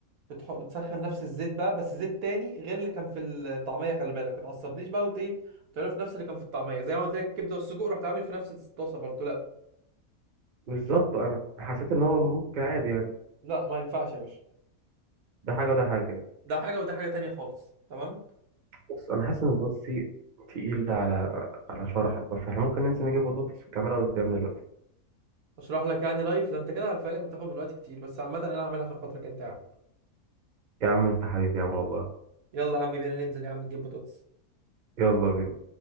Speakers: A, on the right (about 80°); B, on the right (about 40°).
A: بتح... بتسخن نفس الزيت بقى بس زيت تاني غير اللي كان في الطعمية خلي بالك ما تعصبنيش بقى وت ايه تعمله في نفس اللي كان في الطعمية زي ما قلت لك الكبدة والسجق رحت عامل في نفس الطاسة برضو لا
B: بالظبط انا حسيت ان هو ممكن عادي يعني
A: لا ما ينفعش يا باشا
B: ده حاجه وده حاجه
A: ده حاجة وده حاجة تانية خالص تمام
B: بس انا حاسس ان البطاطس دي تقيلة على على شرحك بس احنا ممكن ننزل نجيب بطاطس وتعملها قدامي دلوقتي
A: اشرح لك يعني لايف ده انت كده هتفاجئك بتاخد من وقت كتير بس عامة انا هعملها عشان خاطرك انت يا عم
B: يا عم انت حبيبي يا عم والله
A: يلا يا عم بينا ننزل يا عم نجيب بطاطس
B: يلا بينا